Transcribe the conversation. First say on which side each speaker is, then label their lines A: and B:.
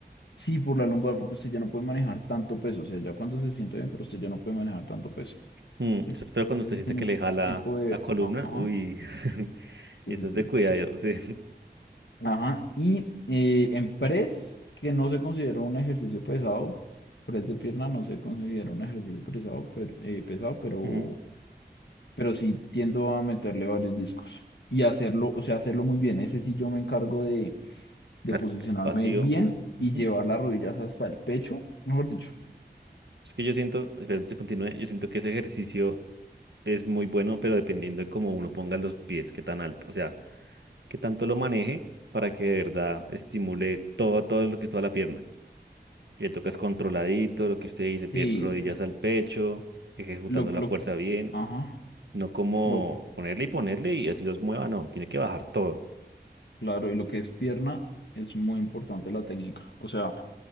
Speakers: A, on the left; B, on the right.
A: Sí, por la lumbar, porque usted ya no puede manejar tanto peso. O sea, ya cuando se sienta bien, pero usted ya no puede manejar tanto peso.
B: Mm,
A: ¿Sí?
B: eso es feo cuando
A: Ese
B: usted siente
A: es como
B: que
A: un
B: le jala
A: tipo de.
B: la columna.
A: Ajá.
B: Uy, <laughs>
A: Sí,
B: eso
A: sí,
B: es de cuidado,
A: sí.
B: <laughs> sí.
A: Ajá. Y eh, en press, que no se considera un ejercicio pesado, press de pierna no se considera un ejercicio pesado, pero, eh, pesado, pero,
B: Ujú.
A: pero sí tiendo a meterle varios discos. Y hacerlo, o sea, hacerlo muy bien. Ese sí yo me encargo de, de
B: Ah,
A: posicionarme
B: Espacio.
A: bien
B: Ujú.
A: y llevar las rodillas hasta el pecho, mejor dicho.
B: Es que yo siento, espera, antes de continúe, yo siento que ese ejercicio es muy bueno, pero dependiendo de cómo uno ponga los pies, qué tan alto. O sea, que tanto lo maneje para que de verdad estimule todo, todo lo que es toda la pierna. Le tocas controladito, lo que usted dice, pier-
A: Sí,
B: rodillas al pecho, ejecutando
A: lo,
B: la
A: lo
B: fuerza bien,
A: Ajá,
B: no como
A: lo,
B: ponerle y ponerle y así los mueva, no, tiene que bajar todo.
A: claro, y lo que es pierna es muy importante la técnica. O sea,